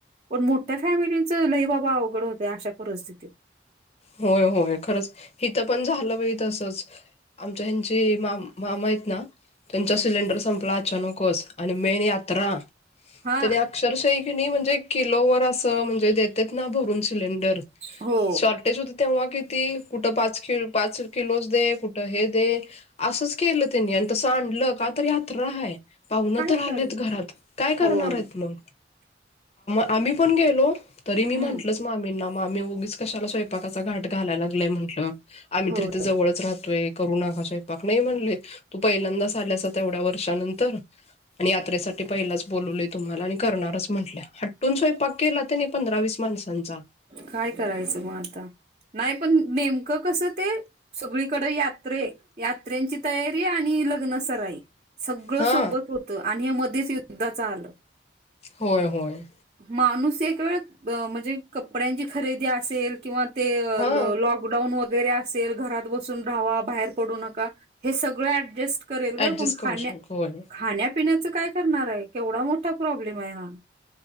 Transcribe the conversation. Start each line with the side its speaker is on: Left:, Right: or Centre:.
Right: पण मोठ्या फॅमिलीचं, लई बाबा अवघड होत्या. अशा परिस्थितीत.
Left: होय, होय. खरंच. इथं पण झालं तसंच. आमच्या ह्यांची, मा मामायेत ना. त्यांचा सिलेंडर संपला अचानकच. आणि मेन यात्रा.
Right: हा
Left: त्यांनी अक्षरशः कीनी म्हणजे किलोवर असं. देतायत ना भरून सिलेंडर.
Right: हो
Left: ते सुद्धा तेव्हा किती कुठं पाच किलो दे कुठं हे दे असंच केलं त्यांनी आणि तसं आणलं का तर यात्रा आहे. पाहुनं
Right: काय
Left: तर आलेत
Right: कर
Left: घरात काय करणार
Right: होय
Left: आहेत. मंग. आम्ही पण गेलो तरी मी
Right: हम्म
Left: म्हंटलचं मामींना मामी उगीच कशाला स्वयंपाक करता. स्वयंपाक घाट घालायला लागलाय म्हटलं आम्ही
Right: होय
Left: तरी जवळचं राहतोय. करू नका स्वयंपाक नाही म्हणले तू पहिल्यांदाच आल्यासं एवढ्या वर्षानंतर. आणि यात्रेसाठी पहिलाचं बोलवले तुम्हाला आणि करणारच म्हंटल्या हट्टून स्वयंपाक केला त्यांनी पंधरा वीस माणसाचा.
Right: काय करायचं मग आता नाही पण नेमकं. कसं ते सगळीकडे यात्रा यात्राची तयारी आणि लग्न सराई. सगळं
Left: हा
Right: सोबत होतं. आणि हे मध्येचं युद्धाचं आलं.
Left: होय. होय.
Right: माणूस एक वेळ म्हणजे कपड्यांची खरेदी असेल किंवा. ते
Left: हा
Right: लॉक. लॉकडाऊन वगैरे असेल घरात बसून राहावा बाहेर पडू नका हे सगळं ऍडजस्ट करेल ग
Left: ऍडजस्ट
Right: पण खाण्यापिण्याचं
Left: करू शकतो होय
Right: काय करणार आहे केवढा मोठा प्रॉब्लेम आहे हा